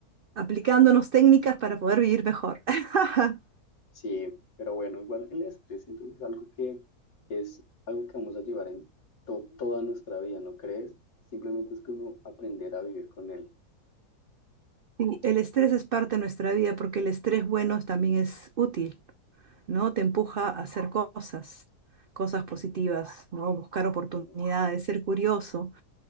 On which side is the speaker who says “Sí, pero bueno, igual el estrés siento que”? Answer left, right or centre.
Left